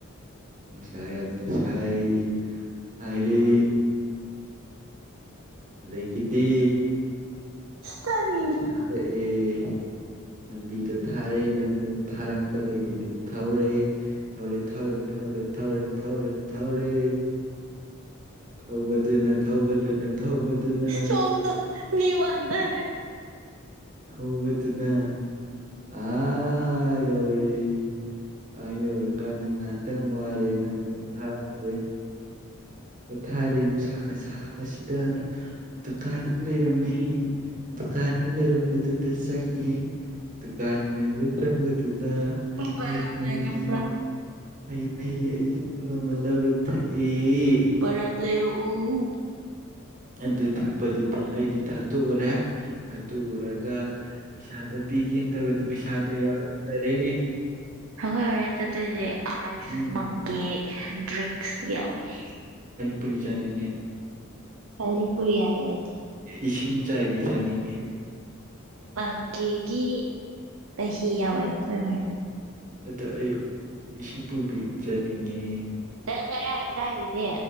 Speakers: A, on the right; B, on the right.
A: ꯅꯨꯡꯁꯥ ꯌꯥꯝꯅ ꯁꯥꯏ ꯍꯥꯏꯔꯦ꯫ ꯑꯩꯒꯤꯗꯤ꯫
B: ꯇꯥꯅꯤꯡꯗꯦ
A: ꯊꯔꯦꯛꯑꯦ‌ ꯂꯝꯕꯤꯗꯊꯔ‌ꯦ ꯂꯝꯕꯤꯗ ꯊꯔꯛ꯫ ꯄꯗꯒꯤꯗꯤ ꯊꯧꯔꯦ ꯊꯧꯔꯦ ꯊꯧꯔꯦ ꯊꯧꯔꯦ ꯊꯧꯔꯦ ꯊꯧꯔꯦ ꯊꯧꯔꯦ꯫
B: ꯫
A: ꯊꯧꯕꯗꯨꯅ ꯊꯧꯕꯗꯨꯅ ꯊꯧꯕꯗꯨꯅ꯫
B: ꯁꯣꯝꯗ ꯃꯤ ꯋꯥꯟꯗꯔꯦ꯫
A: ꯍꯧꯕꯗꯨꯅ꯫ ꯑꯥ ꯌꯧꯔ‌ꯦ ꯑꯥ ꯌꯧꯔꯀꯥꯟꯗ ꯉꯥꯟ꯫ ꯇꯪ ꯋꯥꯔꯦ ꯅꯪ ꯄꫭꯊꯥꯔꯒ‌ꯦ꯫
B: ꯫
A: ꯄꯣꯊꯥꯔ‌ꯦ ꯅꯨꯡꯁꯥꯒ ꯁꯥꯕꯁꯤꯗꯅ ꯗꯨꯀꯥꯟ ꯑꯃ ꯂꯩꯔꯝꯃꯦ ꯗꯨ꯫ ꯀꯥꯟꯑꯝ ꯂꯩꯔꯝꯕ ꯗꯨꯗ ꯆꯉ‌ꯦ꯫ ꯗꯨꯀꯥꯟ ꯌꯕ ꯆꯪꯕꯗꯨꯗ
B: ꯕꯔꯞ
A: ꯍꯩ ꯃꯍꯤ꯫
B: ꯂꯩꯔꯛꯄ꯭ꯔꯥ
A: ꯍꯩ ꯃꯍꯤ ꯑꯏꯤꯡꯕ ꯑꯃ ꯂꯧꯔ ꯊꯛꯑꯦ꯫ ꯑ‌ꯦ꯫
B: ꯕꯔꯞ ꯂꯩꯔꯛꯎ ꯑꯩꯈꯣꯏꯅ
A: ꯑꯗꯨ ꯊꯛꯄꯗꯨꯇ ꯂꯩꯗꯤ ꯊꯛꯇꯣꯛꯎꯔꯦ ꯊꯛꯇꯣꯛꯎꯔꯒ꯫ ꯄꯩꯁꯥꯗꯨ ꯄꯤꯒ‌ꯦꯅ ꯇꯧꯕꯗ ꯄꯩꯁꯥꯗꫭ ꯌꯥꯎꯔꯝ ꯗꯔꯦ꯫
B: ꯍꯂꫭꯑꯔꯤꯇꫭꯇꯤ ꯑꯥꯏꯁ
A: ꯎꯝ
B: ꯃꯪꯀꯤ ꯗ꯭ꯔꯤꯡꯁ ꯌꯥꯎꯏꯤ꯫
A: ꯄꯨꯔꯤ ꯆꯥꯅꯤꯡꯉꯦ꯫
B: ꯄꯥꯅꯤ ꯄꯨꯔꯤ ꯍꯥꯏꯕꯅꯠ꯫
A: ꯏꯁꯤꯡ ꯆꯥꯏꯕꯤ ꯆꯥꯅꯤꯡꯉ‌ꯦ꯫
B: ꯃꯪꯀꯤꯒꯤ ꯆꯍꯤ ꯌꯥꯎꯋꯦ ꯑꯈꫭꯏ ꯍꯣꯏ꯫
A: ꯑꯗꫭ ꯑꯩ ꯏꯁꯤꯡ ꯄꯨꯕꯤꯆꯥꯅꯤꯡꯉꯦ꯫
B: ꯅꯪ ꯉꯔꯥꯏ ꯆꯥꯏꯗꯨꯗꯤ